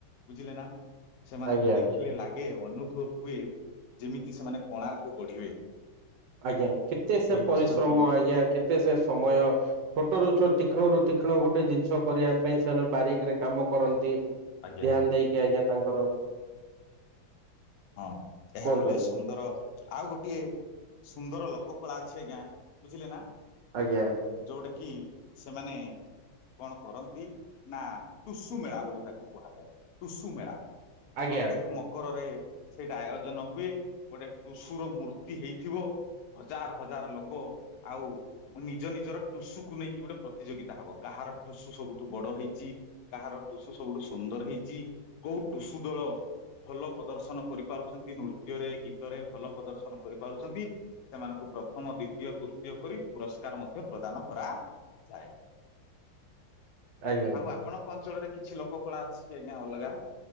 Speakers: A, on the left; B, on the right.
A: ବୁଝିଲେ ନା। ସେମାନଙ୍କୁ
B: ଆଜ୍ଞା
A: ଦେଖିଲେ ଲାଗେ ଅନୁଭବ ହୁଏ, ଯେମିତି ସେମାନେ କୋଣାର୍କ ଗଢ଼ିବେ।
B: ଆଜ୍ଞା କେତେ ସେ ପରିଶ୍ରମ
A: ବସିଛନ୍ତି
B: ଆଜ୍ଞା କେତେ ସେ ସମୟ। ଛୋଟ ରୁ ଛୋ ତୀକ୍ଷ୍ଣ ରୁ ତୀକ୍ଷ୍ଣ ଗୋଟେ ଜିନିଷ କରିବା ପାଇଁ ସେମାନେ ବାରିକରେ କାମ କରନ୍ତି।
A: ଆଜ୍ଞା
B: ଧ୍ୟାନ୍ ଦେଇକି ଆଜ୍ଞା ତାଙ୍କର
A: ହଁ ଏହା
B: କୁହନ୍ତୁ
A: ଗୋଟେ
B: ଆଜ୍ଞା
A: ସୁନ୍ଦର ଆଉ ଗୋଟିଏ ସୁନ୍ଦର ଲୋକ କଳା ଅଛି ଆଜ୍ଞା, ବୁଝିଲେ ନା।
B: ଆଜ୍ଞା।
A: ଯୋଉଟା କିି ସେମାନେ କଣ କରନ୍ତି ନା ଟୁସୁ ମେଳା ବୋଲି ତାକୁ କୁହାଯାଏ। ଟୁସୁ ମେଳା।
B: ଆଜ୍ଞା
A: ପ୍ରତ୍ୟେକ ମକରରେ ସେଇଟା ଆୟୋଜନ ହୁଏ, ଗୋଟେ ଟୁସୁର ମୂର୍ତ୍ତି ହେଇଥିବ। ହଜାର ହଜାର ଲୋକ ଆଉ ନିଜ ନିଜର ଟୁସୁକୁ ନେଇକି ଗୋଟେ ପ୍ରତିଯୋଗିତା ହବ। କାହାର ଟୁସୁ ସବୁଠୁ ବଡ଼ ହେଇଛି କାହାର ଟୁସୁ ସବୁଠୁ ସୁନ୍ଦର ହେଇଛି, କୋଉ ଟୁସୁ ଦଳ ଭଲ ପ୍ରଦର୍ଶନ କରିପାରୁଛନ୍ତି ନୃତ୍ୟରେ, ଗୀତରେ ଭଲ ପ୍ରଦର୍ଶନ କରିପାରୁଛନ୍ତି। ସେମାନଙ୍କୁ ପ୍ରଥମ, ଦ୍ଵିତୀୟ, ତୃତୀୟ କରି ପୁରସ୍କାର ମଧ୍ୟ ପ୍ରଦାନ କରାଯାଏ।
B: ଆଜ୍ଞା
A: ଆଉ ଆପଣଙ୍କ ଅଞ୍ଚଳରେ କିଛି ଲୋକ କଳା ଅଛି କି ଆଜ୍ଞା ଅଲଗା?